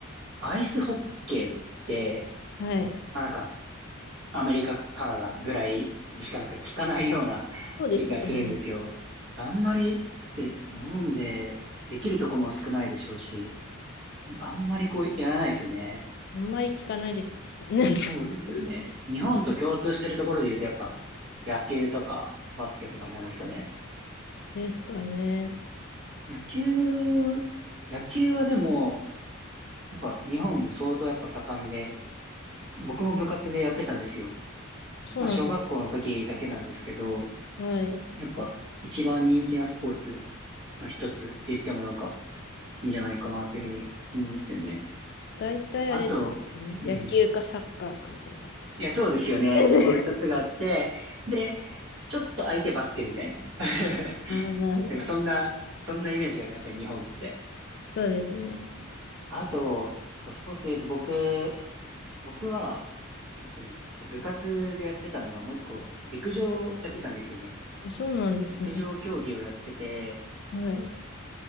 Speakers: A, on the right (about 60°); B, on the left (about 50°).
A: アイスホッケーって、
B: はい。
A: まあなんか、アメリカ、カナダぐらいでしかなんか聞かないような <laughs>
B: そうですよね。
A: 気がするんですよ。あんまり、だって日本でできるとこも少ないでしょうし、あんまりこうやらないですよね。
B: あんまり聞かないですね。<laughs>
A: そうですよね。日本と共通してるところで言うと、やっぱ、野球とか、バスケとかになるんですかね。
B: ですかね。
A: 野球、野球はでも、やっぱ日本も相当やっぱ盛んで、僕も部活でやってたんですよ。
B: そうなんで
A: まあ、小学校の時だけなんですけど、
B: す。はい。
A: やっぱ一番人気なスポーツの一つって言ってもなんかいいんじゃないかなっていうふうに思うんですよね。
B: 大体あれですね。
A: あと、うん。
B: 野球かサッカーかみたいな感じですね。
A: いや、そうですよね。
B: <laughs>
A: その二つがあって、で、ちょっと相手バスケみたいな。<laughs>
B: ああ、なるほど。
A: なんかそんな、そんなイメージがありますね、日本って。
B: そうですね。
A: あと、こうスポーツで言うと僕、僕は、えっとね、こう部活でやってたのがもう一個、陸上やってたんですよね。
B: えそうなんですね。
A: 陸上競技をやってて、
B: はい。